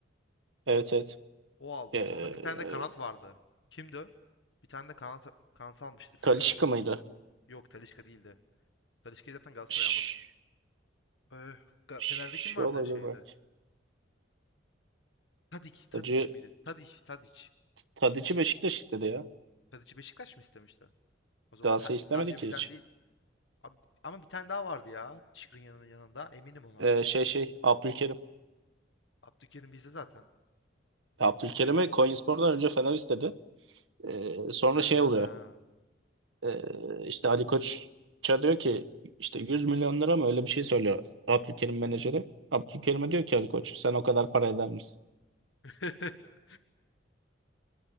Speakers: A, on the right; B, on the left.
A: evet evet.
B: O aldı.
A: Ee,
B: Sonra bir tane de kanat vardı. Kimdi? o? Bir tane de kanat kanat almıştı Fener
A: Talisca
B: öyle.
A: mıydı?
B: Yok Talisca değildi. Talisca'yı zaten Galatasaray
A: Ş-
B: almaz. Ee, Ga-
A: Şey
B: Fener'de kim vardı
A: olabilir
B: şeyde?
A: belki.
B: Tadic, Tadic
A: Hacı
B: miydi? Tadic, Tadic.
A: Tadiç'i Beşiktaş istedi ya.
B: Tadic'i Beşiktaş mı istemişti? O zaman
A: Galatasaray
B: he-
A: istemedi
B: sadece
A: ki
B: bizden
A: hiç.
B: değil. Ab- ama bir tane daha vardı ya. Şikrin yanının yanında. Eminim ona.
A: Ee, şey şey Abdülkerim.
B: Abdülkerim bizde zaten.
A: Abdülkerim'i Konyaspor'dan önce Fener istedi. Ee, sonra
B: Ha.
A: şey oluyor. Ee, işte Ali Koç'a diyor ki işte 100 milyon lira mı öyle bir şey söylüyor Abdülkerim menajeri. Abdülkerim'e diyor ki Ali Koç sen o kadar para eder misin?
B: <laughs>